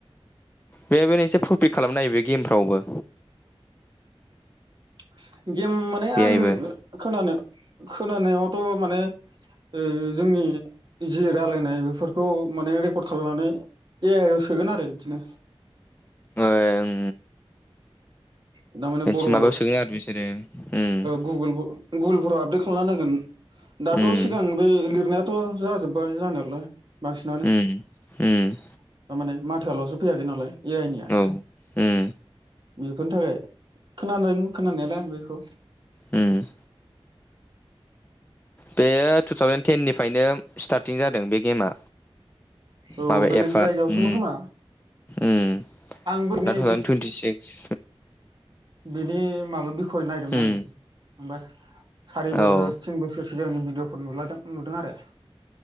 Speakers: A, on the left; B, on the right.
A: बे <unintelligible> एसे प्रपित खालामना होयो बे गेमफ्रावबो।
B: <unintelligible> गेम माने
A: बेहायबो
B: आं खोनानो खोनानायावथ माने ओ जोंनि जि रायलायनाय बेफोरखौ माने रेकर्ड खालामनानै ए-आइ आव सोगोन आरो इदिनो
A: ओ उम
B: थारमाने
A: मोनसे
B: बर' ओ
A: माबायाव सोगोन आरो बिसोरो उम
B: गुगोल गुगोलफोराव आपडेट खालामना नायगोन। दाथ
A: उम
B: सिगां बे लिरनाय थ' जाजोबबाय जानायालाइ। बांसिनानो
A: उम उम
B: थारमाने मा थाल'सो फैयाखैनालाय। ए-आइ निया।
A: औ उम
B: फोरनि थाखाय खोनादों खोनानायालाय आं बैखौ।
A: हम। बेयो टु थावजेन टेननिफ्रायनो स्टारटिं जादों बे गेमा।
B: औ
A: माबा
B: बेलेग
A: एफआ
B: जायगायावसोमोन
A: उम
B: खोमा
A: उम दा
B: आंबो नै
A: टु थावजेन टुन्टि सिक्स।
B: बेनि माबा खय नायदोंमोन
A: उम
B: आङो। होमबा। सारि बोसोर
A: औ
B: तिन बोसोर। सिगांनि भिडिअफोर नुलादों नुदों आरो।